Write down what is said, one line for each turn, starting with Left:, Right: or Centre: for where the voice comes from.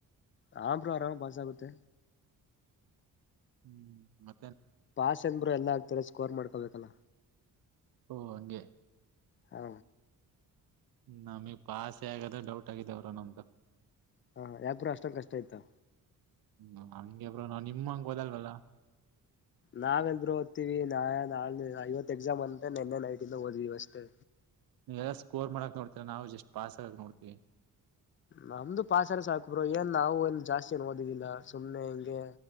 Left: ಹಾ ಬ್ರೋ ಆರಾಮ್ ಆಗಿ ಪಾಸ್ ಆಗುತ್ತೆ.
Right: ಹ್ಮ್. ಮ
Left: ಪಾಸ್ ಎನ್ ಬ್ರೋ ಎಲ್ಲ ರು ಆಗ್ತಾರೆ ಸ್ಕೋರ್ ಮಾಡ್ಕೊಬೇಕಲ್ಲ.
Right: ಓ ಹಂಗೆ,
Left: ಹಾ,
Right: ನಮೇಗೆ ಪಾಸ್, ಸ ಆಗಾದೇ ಡೌಟ್ ಆಗಿದೆ ಬ್ರೋ ನಮ್ದು.
Left: ಹಾ ಯಾಕ ಬ್ರೋ ಅಸ್ಟೊಂದು ಕಷ್ಟ ಇತ್ತು.
Right: ಹ್ಮ ಹಂಗೆ ಬ್ರೋ ನಾ ನಿಮಂಗ ಓದಲ್ವಲ್ಲ.
Left: ನಾವ ಎಲ್ರು ಓದ್ತೀವಿ ನಾ ನಾ ಐವತ್ತು ಎಕ್ಸಾಮ್ ಅಂತ್ರೆ ನಿನ್ನೆ ನೈಟ್ ಇಂದ ಓದ್ವಿ, ಅಷ್ಟೇ,
Right: ನೀ ಎಲ್ಲ ಸ್ಕೋರ್ ಮಾಡಕ್ ನೋಡ್ತೀರಾ ನಾವು ಜಸ್ಟ್ ಪಾಸ್ ಆಗಕ್ ನೋಡ್ತಿವಿ.
Left: ನಮ್ದು ಪಾಸರ ಸಾಕಬ್ರರು ಏನ್ ನಾವು ಏನು ಜಾಸ್ತಿ ಏನ್ ಓದಿದ್ದಿಲ್ಲ ಸುಮ್ಮ್ನೆ ಹಿಂಗೆ